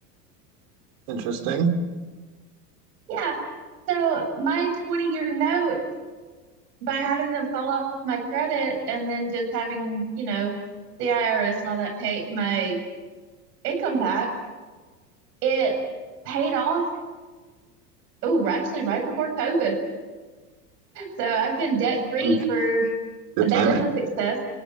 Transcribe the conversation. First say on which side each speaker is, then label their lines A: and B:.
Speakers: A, on the right; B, on the right.
A: Interesting.
B: Yeah. So my 20 year note by having them sell off my credit and then just having, you know, the IRS and all that take my income tax, it paid off. Oh, actually, right before COVID. So I've been debt free
A: Mm,
B: for
A: Good
B: that
A: timing.
B: is a success.